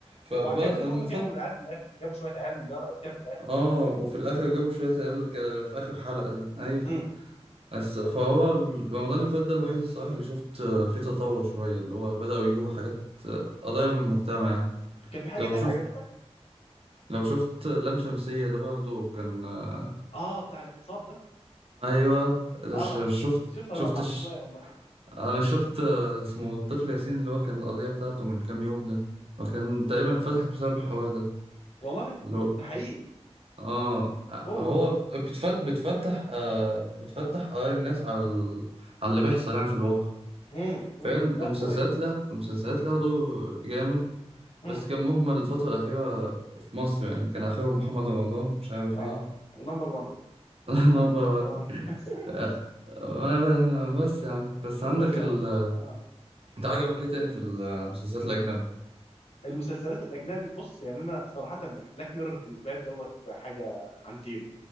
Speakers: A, on the right; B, on the left.
A: فبقى
B: وعجبني اللي
A: المفضل
B: هم جابوا العيال في الاخر جابوا شويه عيال من جرأة ايتام في الاخر
A: آه
B: برضه
A: وفي الآخر جابوا شوية عيال كده في آخر حلقة دي أيوة
B: امم
A: بس فهو ال- رمضان اللي فات ده الوحيد الصراحة اللي شفت آه، فيه تطور شوية اللي هو بدأوا يجيبوا حاجات آه، قضايا من المجتمع يعني.
B: <clears throat> كان في حاجه
A: لو
B: تانية
A: شفت
B: عجبتك
A: لو شفت لام شمسية ده برضه كان آه،
B: اه بتاع الاغتصاب ده
A: أيوه
B: اه
A: ش- شفت
B: شوفها
A: شفت
B: لقطت
A: ش-
B: شويه والله
A: أنا شفت آه، اسمه الطفل ياسين اللي هو كان القضية بتاعته من كام يوم ده وكان تقريبا اتفتحت بسبب الحوار ده
B: والله
A: اللي هو
B: ده حقيقي
A: آه
B: اوف
A: هو بتفت بتفتح آه بتفتح آراء الناس على ال... على اللي بيحصل يعني في الواقع
B: امم امم
A: فاهم
B: لا
A: المسلسلات
B: قويه
A: لا المسلسلات لها دور جامد
B: امم
A: بس كان مهمل الفترة الأخيرة في مصر يعني كان آخرهم محمد رمضان مش عارف
B: اه
A: إيه
B: ونمبر 1
A: <laughs> نمبر
B: نمبر 1 <laughs>
A: آه، آه، بس يا عم
B: والباشا
A: بس عندك ال
B: اه
A: انت عجبك ايه تاني في المسلسلات الأجنبي؟
B: المسلسلات الاجنبي بص يعني انا صراحه يعني بلاك ميرور بالنسبه لي دوت حاجه عنتيله